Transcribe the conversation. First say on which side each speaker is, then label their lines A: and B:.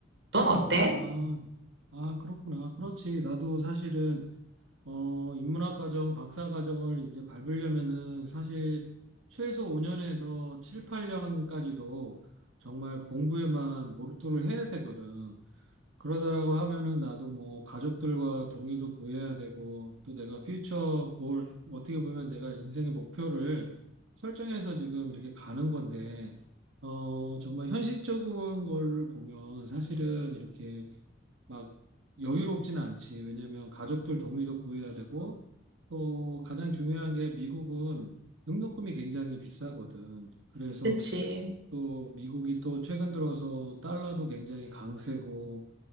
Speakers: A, on the right (about 60°); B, on the right (about 85°).
A: 넌 어때?
B: 아, 아, 그렇구나. 그렇지. 나도 사실은 어, 인문학 과정, 박사 과정을 이제 밟으려면은 사실 최소 5년에서 7, 8년까지도 정말 공부에만 몰두를 해야 되거든. 그러다라고 하면은 나도 뭐 가족들과 동의도 구해야 되고 또 내가 퓨처 골, 어떻게 보면 내가 인생의 목표를 설정해서 지금 이렇게 가는 건데, 어, 정말 현실적인 걸 보면 사실은 이렇게 막 여유롭지는 않지. 왜냐면 가족들 동의도 구해야 되고 또 가장 중요한 게 미국은 등록금이 굉장히 비싸거든. 그래서
A: 그치.
B: 또 미국이 또 최근 들어서 달러도 굉장히 강세고